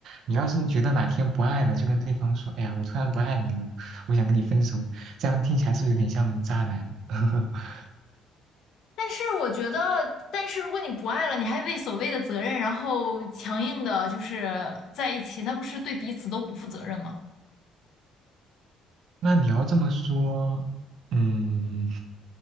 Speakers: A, on the right; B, on the left.
A: 你要是觉得哪天不爱了，就跟对方说，哎呀，我突然不爱你了，我想跟你分手，这样听起来是不是有点像渣男？<laughs>
B: 但是我觉得，但是如果你不爱了，你还为所谓的责任，然后强硬的就是在一起，那不是对彼此都不负责任吗？
A: 那你要这么说，嗯。